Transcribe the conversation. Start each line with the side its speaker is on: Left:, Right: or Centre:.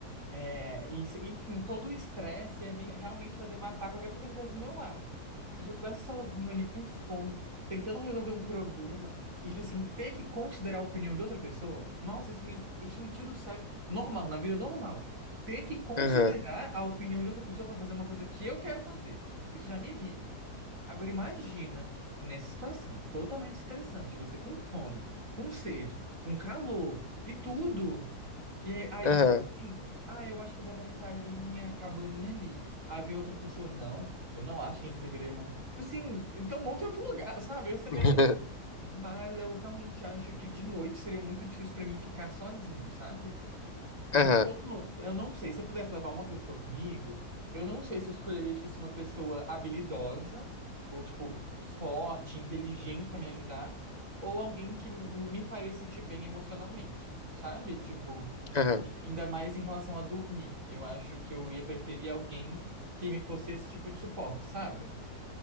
Right: É, e, se- enfim, todo o estresse ia me realmente fazer matar qualquer pessoa que estivesse do meu lado. Então, se eu estivesse sozinho ali com fome, tentando resolver um problema, e, tipo assim, ter que considerar a opinião de outra pessoa, nossa, isso me, isso me tira o sério. Normal, na vida normal. Ter que considerar
Left: <laughs>
Right: a opinião de outra pessoa para fazer uma coisa que eu quero fazer. Isso já me irrita. Agora, imagina nessa situação, totalmente estressante, você com fome, com sede, com calor e tudo. E aí, aí
Left: Aham.
Right: você. assim, ah, eu acho que eu vou montar ali minha cabaninha ali. Aí vem outra pessoa, não, eu não acho que a gente deveria montar. Tipo assim, então monte em outro lugar, <laughs> sabe? Eu sou meio
Left: <laughs>
Right: assim. Mas eu realmente acho que de noite seria muito difícil pra mim ficar sozinho, sabe? Então,
Left: Aham.
Right: eu não sei, se eu pudesse levar uma pessoa comigo, eu não sei se eu escolheria, tipo assim, uma pessoa habilidosa, ou, tipo, forte, inteligente pra me ajudar, ou alguém que me faria sentir bem emocionalmente, sabe? Tipo,
Left: Aham.
Right: e ainda mais em relação a dormir. Eu acho que eu ia preferir alguém que me fosse esse tipo de suporte, sabe?